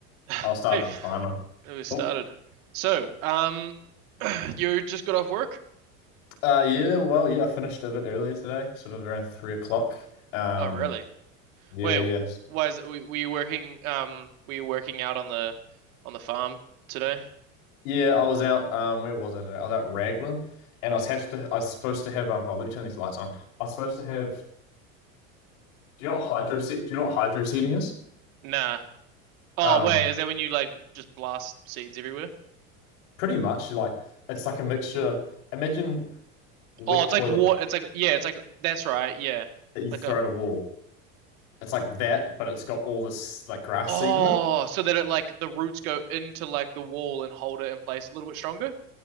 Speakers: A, on the right; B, on the left.
A: <sighs>
B: I'll start
A: Hey,
B: at climber.
A: we started.
B: Oh,
A: So, um, <clears throat> you just got off work?
B: uh, yeah. Well, yeah. I finished a bit earlier today, sort of around three o'clock. Um,
A: Oh, really?
B: yeah,
A: Wait,
B: yes,
A: why is were were you working? Um, were you working out on the on the farm today?
B: yeah. I was out. Um, where was I today? I was out Raglan, and I was have to. I was supposed to have. Um, hold. on, Let me turn these lights on. I was supposed to have. Do you know what hydro? se- Do you know what hydro seeding is?
A: Nah. Oh,
B: Um,
A: wait, is that when you like just blast seeds everywhere?
B: pretty much like it's like a mixture. Imagine wet
A: Oh, it's
B: toilet
A: like what?
B: paper
A: It's like yeah, it's like that's right. Yeah,
B: that you
A: like
B: throw
A: a
B: at a wall. It's like that, but it's got all this like grass
A: oh,
B: seed in it.
A: so that it like the roots go into like the wall and hold it in place a little bit stronger.